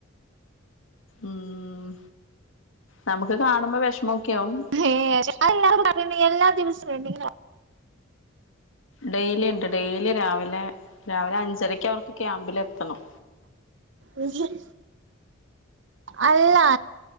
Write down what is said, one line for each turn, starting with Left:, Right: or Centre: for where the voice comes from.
Left: ഊം നമുക്ക് കാണുമ്പൊ വെഷമൊക്കെയാവും
Right: ഏഹ് <unintelligible> എല്ലാ ദിവസോം ണ്ടെങ്കിലോ
Left: ഡെയിലിണ്ട് ഡെയിലി രാവിലെ രാവിലെ അഞ്ചരക്കവർക്ക് ക്യാമ്പിലെത്തണം
Right: <inaudible> അല്ലാ